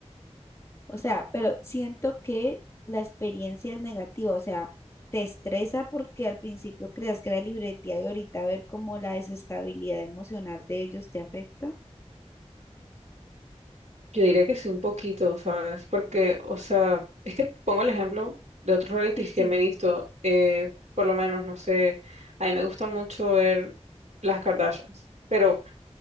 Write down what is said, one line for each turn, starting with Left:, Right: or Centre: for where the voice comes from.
Left: O sea, pero siento que la experiencia es negativa, o sea, te estresa porque al principio creas que era libretía y ahorita ver cómo la desestabilidad emocional de ellos te afecta.
Right: Yo diría que sí, un poquito, ¿sabes? Porque, o sea, es que pongo el ejemplo de otros realities
Left: Sí, sí,
Right: que me he visto, eh, por lo menos, no sé, a mí me gusta mucho ver las Kardashians, pero